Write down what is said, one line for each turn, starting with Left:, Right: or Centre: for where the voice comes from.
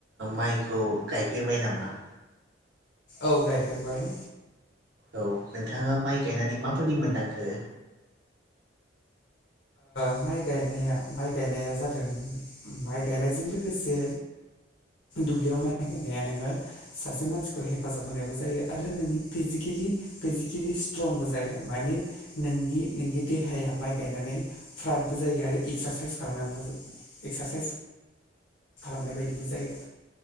Right: माइखौ गायफेरबाय नामा
Left: औ गायफेरबाय
Right: औ नोंथाङा माइ गायनानै माबायदि मोनदांखो
Left: माइ गायनाया माइ गायनाया जादों माइ गायनायजों लोगोसे दुब्लियाव माइ गायनाया नोङो सासे मानसिखौ हेफाजाब होनायबो जायो आरो नोंनि फिजिकेलि फिजिकेलि स्ट्रंबो जायो माने नोंनि नोंनि देहाया माइ गायनानै फ्राटबो जायो आरो एक्सारसाइस खालामनानै एक्सारसाइस खालामनाय बायदिबो जायो